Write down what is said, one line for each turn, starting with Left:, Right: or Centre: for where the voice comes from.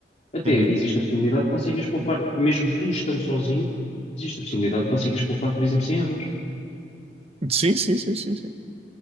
Left: até
Right: uhum.
Left: existe a possibilidade de conseguires poupar, mesmo tu estando sozinho, existe a possibilidade de conseguires poupar, por exemplo, 100 euros.
Right: Sim, sim, sim, sim, sim.